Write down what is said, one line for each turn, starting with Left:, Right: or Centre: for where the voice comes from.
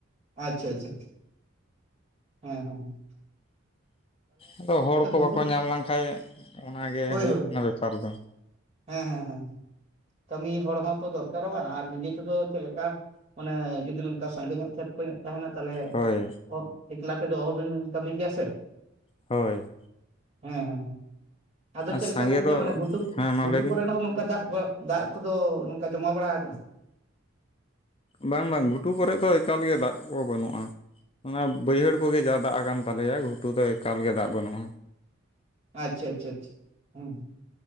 Right: ᱟᱪᱪᱷᱟ ᱟᱪᱪᱷᱟ ᱟᱪᱪᱷᱟ᱾ ᱦᱮᱸ ᱦᱮᱸ ᱦᱩᱸ᱾
Left: ᱟᱫᱚ ᱦᱚᱲ ᱠᱚ
Right: ᱜᱷᱩᱴᱩ
Left: ᱵᱟᱠᱚ ᱧᱟᱢ ᱞᱮᱱᱠᱷᱟᱡ ᱚᱱᱟᱜ ᱜᱮ
Right: ᱦᱳᱭ
Left: ᱦᱳᱭᱩᱜ
Right: ᱦᱳᱭ
Left: ᱠᱟᱱᱟ ᱵᱮᱯᱟᱨ ᱫᱚ᱾
Right: ᱦᱮᱸ ᱦᱮᱸ ᱦᱮᱸ ᱠᱟᱹᱢᱤ ᱦᱚᱲ ᱦᱚᱸ ᱛᱚ ᱫᱚᱨᱠᱟᱨᱚᱜ-ᱟ ᱟᱨ ᱱᱤᱡᱮ ᱛᱮᱫᱚ ᱪᱮᱫ ᱞᱮᱠᱟ ᱢᱟᱱᱮ ᱡᱩᱫᱤ ᱱᱚᱝᱠᱟ ᱥᱟᱸᱜᱮ ᱧᱚᱜ ᱠᱷᱮᱛ ᱠᱚᱦᱚᱸ ᱛᱟᱦᱮᱱᱟ ᱛᱟᱦᱚᱞᱮ
Left: ᱦᱳᱭ
Right: ᱚ ᱮᱠᱞᱟ ᱛᱮᱫᱚ ᱚᱦᱚᱵᱤᱱ ᱠᱟᱹᱢᱤ ᱜᱮᱭᱟ ᱥᱮ᱾
Left: ᱦᱳᱭ᱾
Right: ᱦᱮᱸ ᱦᱮᱸ ᱦᱮᱸ ᱟᱫᱚ
Left: ᱟᱨ
Right: ᱪᱮᱫ ᱞᱮᱠᱟ
Left: ᱥᱟᱸᱜᱮ
Right: ᱜᱚᱢᱠᱮ
Left: ᱫᱚ
Right: ᱢᱟᱱᱮ ᱜᱷᱩᱴᱩᱵ
Left: ᱦᱮᱸ ᱢᱟ
Right: ᱜᱷᱩᱴᱩ
Left: ᱞᱟᱹᱭ ᱵᱤᱱ
Right: ᱠᱚᱨᱮᱱ ᱦᱚᱸ ᱱᱚᱝᱠᱟ ᱫᱟᱜ ᱫᱚ ᱫᱟᱜ ᱠᱚᱫᱚ ᱱᱚᱝᱠᱟ ᱡᱚᱢᱟ ᱵᱟᱲᱟᱣ ᱠᱟᱱᱟ
Left: ᱵᱟᱝ ᱵᱟᱝ ᱜᱷᱩᱴᱩ ᱠᱚᱨᱮᱫ ᱫᱚ ᱮᱠᱟᱞᱜᱮ ᱫᱟᱜ ᱠᱚ ᱵᱟᱹᱱᱩᱜ-ᱟ᱾ ᱚᱱᱟ ᱵᱟᱹᱭᱦᱟᱹᱲ ᱠᱚᱜᱮ ᱡᱟ ᱫᱟᱜ ᱟᱠᱟᱱ ᱛᱟᱞᱮᱭᱟ ᱜᱷᱩᱴᱩ ᱫᱚ ᱮᱠᱟᱞ ᱜᱮ ᱫᱟᱜ ᱵᱟᱹᱱᱩᱜ-ᱟ᱾
Right: ᱟᱪᱪᱷᱟ ᱟᱪᱪᱷᱟ ᱟᱪᱪᱷᱟ ᱦᱩᱸ᱾